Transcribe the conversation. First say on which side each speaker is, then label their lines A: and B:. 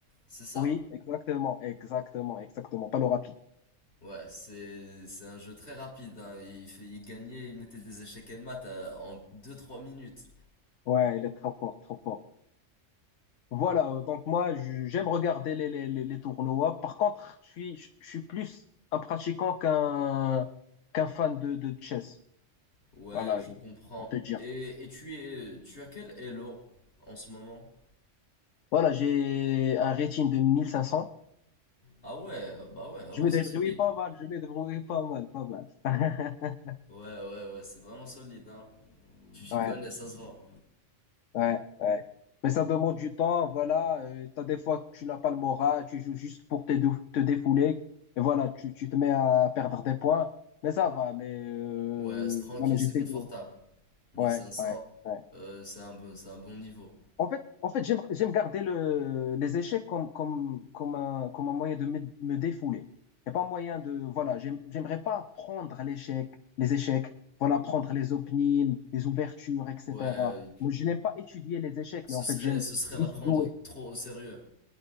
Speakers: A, on the left (about 60°); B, on the left (about 80°).
A: c'est ça.
B: Oui, exactement, exactement, exactement. Pas le rapide.
A: Ouais, c'est, c'est un jeu très rapide, hein. Il fait, il gagnait, il mettait des échecs et maths à- en deux, trois minutes.
B: Ouais, il est trop fort, trop fort. Voilà, euh, donc moi, je- j'aime regarder les, les, les les tournois. Par contre, je suis, je je suis plus un pratiquant qu'un qu'un fan de, de chess.
A: Ouais,
B: Voilà,
A: je comprends.
B: pour te dire.
A: Et, et tu es, tu as quel Elo en ce moment?
B: Voilà, j'ai un rating de 1500.
A: Ah ouais, bah ouais, ah
B: Je
A: ouais,
B: me
A: c'est
B: débrouille
A: solide.
B: pas mal, je me débrouille pas mal, pas mal. <laughs>
A: Ouais, ouais, ouais, c'est vraiment solide, hein. Tu t'y
B: Ouais,
A: connais, ça se vend.
B: ouais, ouais. Mais ça demande du temps, voilà. Euh, t'as des fois que tu n'as pas le moral, tu joues juste pour te, dou- te défouler. Et voilà, tu, tu te mets à perdre des points. Mais ça va, mais euh,
A: Ouais, c'est tranquille,
B: voilà, j'essaie
A: c'est confortable.
B: de.
A: 1500,
B: Ouais, ouais, ouais.
A: euh, c'est un bon, c'est un bon niveau.
B: En fait, en fait, j'aime, j'aime garder le, les échecs comme, comme, comme un, comme un moyen de me, me défouler. Et pas un moyen de, voilà, j'aime- j'aimerais pas prendre l'échec, les échecs, voilà, prendre les openings, les ouvertures, etc.
A: Ouais, euh,
B: Moi, je n'aime pas étudier les échecs,
A: ce
B: mais en
A: serait,
B: fait, j'aime
A: ce serait
B: juste
A: la prendre
B: jouer.
A: trop au sérieux.